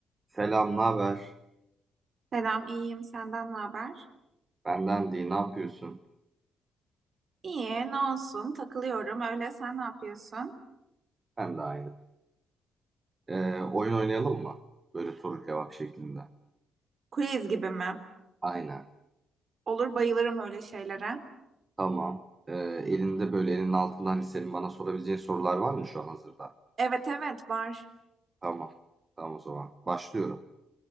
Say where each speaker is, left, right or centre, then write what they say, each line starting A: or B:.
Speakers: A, on the right; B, on the right.
A: Selam, ne haber?
B: Selam, iyiyim. Senden ne haber?
A: Benden değil, ne yapıyorsun?
B: İyi, ne olsun? Takılıyorum. Öyle sen ne yapıyorsun?
A: Ben de aynı. Ee, oyun oynayalım mı? Böyle soru cevap şeklinde.
B: Quiz gibi mi?
A: Aynen,
B: Olur, bayılırım öyle şeylere.
A: tamam. Ee, elinde böyle elinin altında hani senin bana sorabileceğin sorular var mı şu an hazırda?
B: Evet, evet, var.
A: Tamam, tamam o zaman. Başlıyorum.